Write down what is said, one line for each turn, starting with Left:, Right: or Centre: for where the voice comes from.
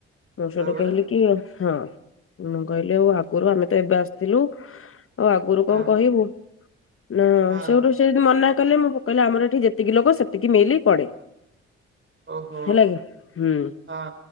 Left: ମୁଁ
Right: ତାପରେ
Left: ସେଠୁ କହିଲି କି ହଁ। ମୁୁଁ କହିଲି ଆଉ ଆଗରୁ ଆମେ ତ ଏବେ ଆସିଥିଲୁ, ଆଉ ଆଗରୁ
Right: ହଁ
Left: କଣ କହିବୁ। ନା
Right: ହଁ
Left: ସେଇଠୁ ସେ ଯଦି ମନା କଲେ, ମୁଁ କହିଲେ ଆମର ଏଠି ଯେତିକି ଲୋକ ସେତିକି ମିଲି ପଡ଼େ।
Right: ଓହୋ
Left: ହେଲାକି?
Right: ହଁ